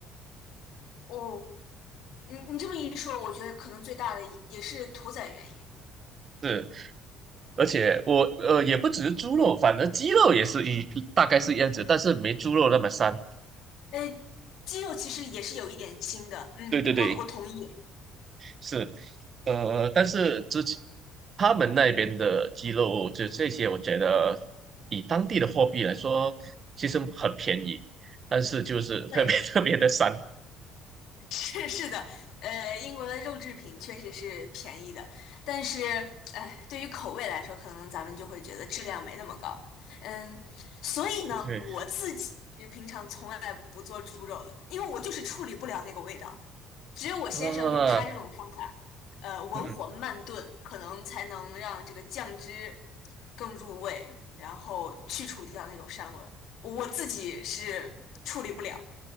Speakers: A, on the left; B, on the right.
A: 哦，你你这么一说，我觉得可能最大的也是屠宰原因。
B: 是，而且我呃也不只是猪肉，反而鸡肉也是一大概是一样子，但是没猪肉那么膻。
A: 诶，鸡肉其实也是有一点腥的，嗯，
B: 对对对，
A: 我我同意。
B: 是，呃，但是之前他们那边的鸡肉，就这些，我觉得以当地的货币来说，其实很便宜，但是就是特别
A: 对。
B: <laughs> 特别的膻。
A: 是是的，呃，英国的肉制品确实是便宜的，但是，哎，对于口味来说，可能咱们就会觉得质量没那么高。嗯，所以呢，
B: 对，
A: 我自己是平常从来不做猪肉的，因为我就是处理不了那个味道。只有我先生用他这种方法，
B: 啊，
A: 呃，文火慢炖，
B: 嗯
A: 可能才能让这个酱汁更入味，然后去除掉那种膻味儿我自己是处理不了。